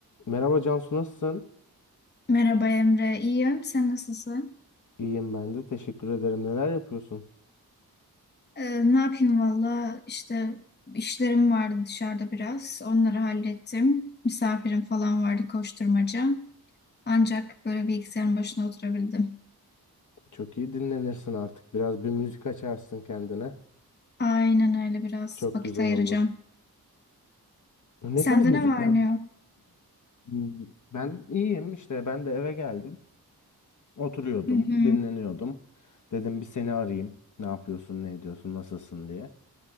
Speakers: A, on the left; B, on the left.
A: Merhaba Cansu nasılsın?
B: Merhaba Emre, iyiyim. Sen nasılsın?
A: İyiyim ben de. Teşekkür ederim. Neler yapıyorsun?
B: Ee, ne yapayım valla işte işlerim vardı dışarıda biraz. Onları hallettim. Misafirim falan vardı koşturmaca. Ancak böyle bilgisayarın başına oturabildim.
A: Çok iyi dinlenirsin artık. Biraz bir müzik açarsın kendine.
B: Aynen öyle biraz
A: Çok
B: vakit
A: güzel
B: ayıracağım.
A: olur. Ne
B: Sende
A: tarz müzikler?
B: ne var ne
A: <clears throat>
B: yok?
A: Hmm, Ben iyiyim işte. Ben de eve geldim. Oturuyordum,
B: Hı hı.
A: dinleniyordum. Dedim bir seni arayayım. Ne yapıyorsun, ne ediyorsun, nasılsın diye.